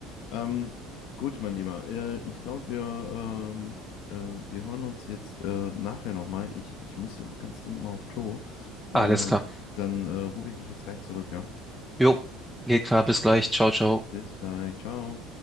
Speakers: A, on the left; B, in the centre.
A: Ähm, gut, mein Lieber, äh, ich glaube, wir, ähm, äh, wir hören uns jetzt äh, nachher nochmal. Ich, ich müsste ganz dringend mal auf Klo.
B: Alles
A: Ähm,
B: klar.
A: dann äh, rufe ich dich jetzt gleich zurück, ja?
B: Jo, geht klar, bis gleich. Ciao, ciao.
A: Bis gleich, ciao.